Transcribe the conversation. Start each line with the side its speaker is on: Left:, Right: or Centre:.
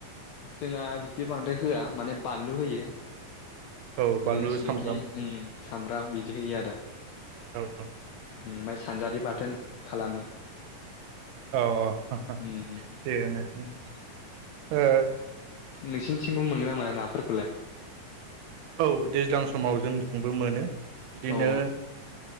Left: जोंहा बिदि बांद्राय होआ माने बानलु होयो।
Right: औ
Left: बिदिनो
Right: बानलु
Left: संख्रि
Right: सामब्राम
Left: उम सामब्राम बिदि होयो आरो।
Right: औ
Left: ओम सानजारि बाथोन खालामो।
Right: औ अ हा
Left: उम
Right: हा थिगानो उम ओ
Left: नोंसिनिथिमबो मोनगोना मोना नाफोरखौलाय?
Right: औ दैज्लां समाव जोंथिंबो मोनो। बिदिनो
Left: अ